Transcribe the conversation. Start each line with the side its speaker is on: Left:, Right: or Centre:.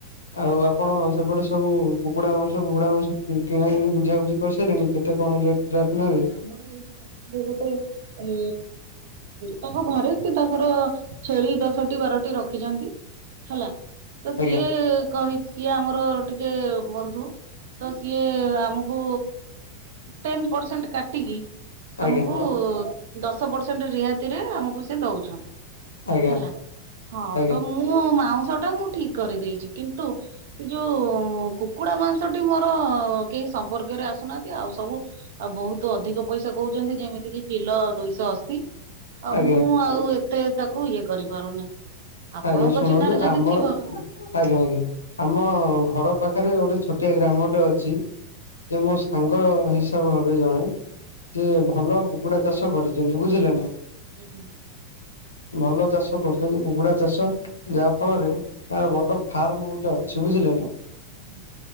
Left: ଆଉ ଆପଣ ସେପଟେ ସବୁ କୁକୁଡା ମାଉଁସ ଫୁକୁଡା ମାଉଁସ କିଣା କିଣି ବୁଝାବୁଝି କରିସାରିଲେଣି? କେତେ କଣ ରେଟ୍? ରାଟ୍
Right: ନାଇଁ
Left: ନେବେ?
Right: ଆମର ଏଇଠି ପାଖରେ ଗୋଟେ ଏ ତାଙ୍କ ଘରେ ସେ ତାଙ୍କର ଛେଳି ଦଶଟି ବାରଟି ରଖିଛନ୍ତି ହେଲା ତ ସିଏ
Left: ଆଜ୍ଞା
Right: କହିଚି ସିଏ ଆମର ଟିକେ ବନ୍ଧୁ। ତ ସିଏ ଆମକୁ ଟେନ ପରସେଣ୍ଟ କାଟିକି
Left: ଆଜ୍ଞା
Right: ଆମକୁ ଦଶ ପରସେଣ୍ଟ ରିହାତିରେ ଆମକୁ ସେ ଦଉଛନ୍ତି,
Left: ଆଜ୍ଞା
Right: ହେଲା ହଁ
Left: ଆଜ୍ଞା
Right: ତ ମୁଁ ମୁଁ ମାଉଁସଟା ମୁଁ ଠିକ୍ କରିଦେଇଛି କିନ୍ତୁ ସେ ଯୋଉ କୁକୁଡା ମାଂସଟି ମୋର କେହି ସମ୍ପର୍କରେ ଆସୁନାହାନ୍ତି ଆଉ ସବୁ ଆଉ ବହୁତ ଅଧିକ ପଇସା କହୁଛନ୍ତି ଯେମିତିକି କିଲୋ ଦୁଇଶହ ଅଶୀ, ଆଉ
Left: ଆଜ୍ଞା
Right: ମୁଁ ଆଉ ଏ ଏତେ ତାକୁ ଇଏ କରିପାରୁନି। ଆପଣଙ୍କ
Left: ଆଜ୍ଞା ଶୁଣନ୍ତୁ
Right: ଚିହ୍ନାରେ ଯଦି
Left: ଆମର
Right: ଥିବ
Left: ଆଜ୍ଞା ଆଜ୍ଞା ଆମ ଘର ପାଖରେ ଗୋଟେ ଛୋଟିଆ ଗ୍ରାମ ଟେ ଅଛି। ଯେ ମୋ ସାଙ୍ଗ ହିସାବ ହେବେ ଜଣେ ଯେ ଭଲ କୁକୁଡା ଚାଷ କରିଛନ୍ତି ବୁଝିଲେ ନା।
Right: ଆଜ୍ଞା।
Left: ଭଲ ଚାଷ କରୁଛନ୍ତି କୁକୁଡା ଚାଷ ଯାହା ଫଳରେ ତାର ବଡ ଫାର୍ମ ଗୋଟେ ଅଛି ବୁଝିଲେ ନା।
Right: ଆଜ୍ଞା।